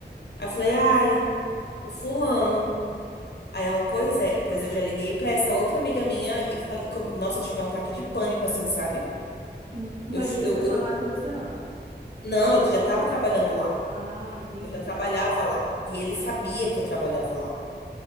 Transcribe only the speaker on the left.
Aí eu falei, ai, o fulano. Aí ela, pois é, pois eu já liguei pra essa outra amiga minha e falei, com- nossa, eu tive um ataque de pânico, assim, sabe?
Eu,
eu,
eu,
não, eu já tava trabalhando lá,
eu já trabalhava lá, e ele sabia que eu trabalhava lá.